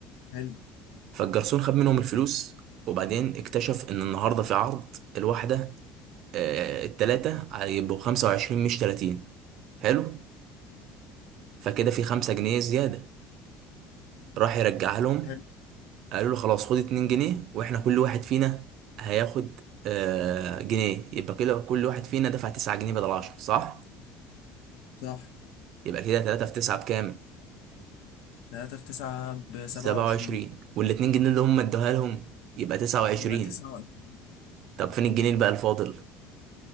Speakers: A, on the left; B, on the right.
A: حلو
B: فالجرسون خد منهم الفلوس وبعدين اكتشف إن النهاردة في عرض الواحدة آه، التلاتة هيبقوا خمسة وعشرين مش تلاتين حلو؟ فكده في خمسة جنيه زيادة راح يرجعها لهم
A: حلو
B: قالوا له خلاص خد 2 جنيه واحنا كل واحد فينا هياخد آه جنيه يبقى كده كل واحد فينا دفع 9 جنيه بدل 10 صح
A: صح
B: يبقى كده 3 في 9 بكام
A: 3 في 9 ب 27
B: 27 وال 2 جنيه اللي هم ادوها لهم يبقى 29
A: يبقى 29
B: طب فين الجنيه اللي بقى الفاضل